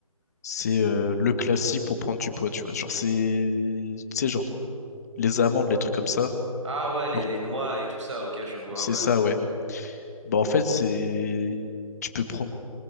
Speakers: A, on the left; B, on the right.
A: c'est euh, le classique pour prendre du poids, tu vois. Genre, c'est, tu sais, genre, les amandes, les trucs comme ça.
B: Ah ouais, les,
A: Genre,
B: les noix et tout ça, ok, je vois,
A: c'est
B: ouais.
A: ça, ouais. Bah, en fait, c'est, tu peux prendre